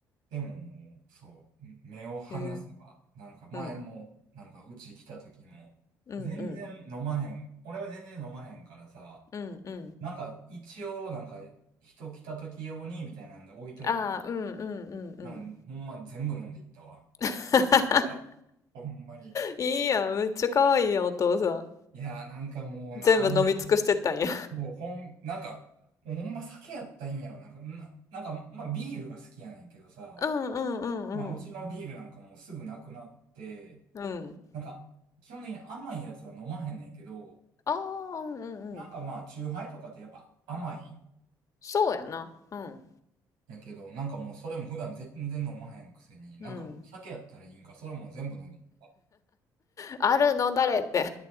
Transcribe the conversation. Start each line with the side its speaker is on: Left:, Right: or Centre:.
Right: でももう、そう。目を離せば、
Left: へえ。
Right: なんか前も、
Left: うん。
Right: なんかうち来た時も、
Left: うんうん。
Right: 全然飲まへん。俺は全然飲まへんからさ、
Left: うんうん。
Right: なんか、一応、なんか、人来た時用に、みたいなんで置いといて。
Left: ああ、うんうんうんうん。
Right: なんか、ほんま全部飲んでいったわ。
Left: <laughs>
Right: <laughs> ほんまに。
Left: いいやん。めっちゃかわいいやん、お父さ
Right: いやー、なんかもうな、
Left: ん。全部飲み尽くしてったんや。
Right: あーもう、もうほん、なんか、もうほんま酒やったらいいんやろ。なんか、な、なんか、まあ、ビールが好きやねんけどさ、
Left: うんうんうんうん。
Right: まあ、うちのビールなんかもうすぐなくなって、
Left: うん。
Right: なんか、基本的に甘いやつは飲まへんねんけど、
Left: ああ、うんうんうん。
Right: なんかまあ、チューハイとかってやっぱ甘い。
Left: そうやな。うん。
Right: やけど、なんかもうそれも普段全然飲まへんくせに、なんかもう酒やったらいいんか、
Left: うん。
Right: それも全部飲んでいくわ
Left: あるの誰って。